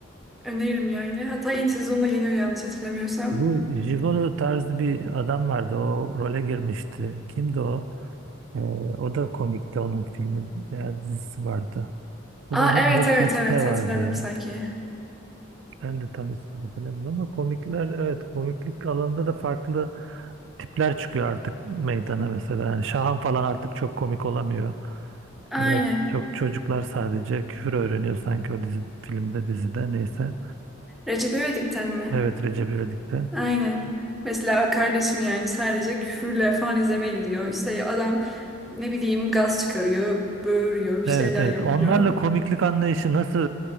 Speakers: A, in the centre; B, on the right.
A: Öneririm yani. Hatta yeni sezonda geliyor yanlış hatırlamıyorsam.
B: Bu Gigolo tarzı bir adam vardı. O role girmişti. Kimdi o? Ee, o da komikti onun filmi veya dizisi vardı. O
A: Aa
B: da net-
A: evet
B: Netflix'te
A: evet evet
B: vardı
A: hatırladım
B: ya.
A: sanki.
B: Ben de tam ismini hatırlamıyorum ama komikler evet komiklik alanında da farklı tipler çıkıyor artık meydana mesela. Yani Şahan falan artık çok komik olamıyor.
A: Aynen.
B: Biraz çok çocuklar sadece küfür öğreniyor sanki o dizi, filmde dizide neyse.
A: Recep İvedik'ten mi?
B: Evet Recep İvedik'te.
A: Aynen. Mesela kardeşim yani sadece küfürle falan izlemeye gidiyor. İşte adam ne bileyim gaz çıkarıyor, böğürüyor, bir
B: Evet
A: şeyler
B: evet
A: yapıyor.
B: onlarla komiklik anlayışı nasıl